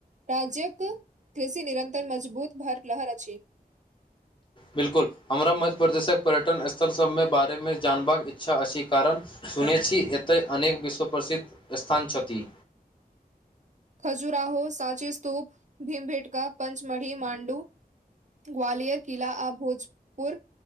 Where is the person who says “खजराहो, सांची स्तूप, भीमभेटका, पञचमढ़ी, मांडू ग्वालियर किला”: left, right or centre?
Right